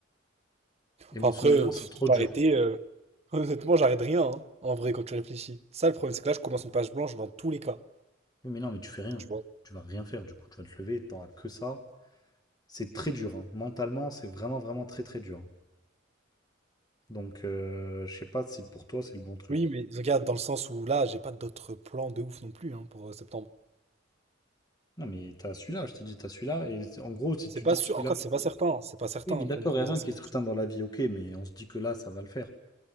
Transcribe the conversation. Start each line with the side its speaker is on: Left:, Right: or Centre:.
Left: Émotionnellement,
Right: Enfin, après, euh,
Left: c'est
Right: pff,
Left: trop
Right: tout
Left: dur.
Right: arrêter, euh, <laughs> honnêtement, j'arrête rien, hein, en vrai, quand tu réfléchis. Ça, le problème, c'est que là, je commence une page blanche dans tous les cas.
Left: Oui, mais non, mais tu fais rien.
Right: Tu vois.
Left: Tu vas rien faire du coup. Tu vas te lever, t'auras que ça. C'est très dur. hein. Mentalement, c'est vraiment, vraiment très, très dur. hein. Donc, euh, je sais pas si pour toi, c'est le bon truc.
Right: Oui, mais regarde, dans le sens où là, j'ai pas d'autres plans de ouf non plus, hein, pour euh, septembre.
Left: Non, mais t'as celui-là, je t'ai dit, t'as celui-là. Et en gros, si
Right: C'est
Left: tu
Right: pas
Left: dis que
Right: sûr,
Left: celui-là.
Right: encore, c'est pas certain. hein. C'est pas certain
Left: Oui, mais d'accord,
Right: qu'on me propose
Left: il y a rien
Right: un CDI.
Left: qui est certain
Right: tu vois.
Left: dans la vie, ok, mais on se dit que là, ça va le faire.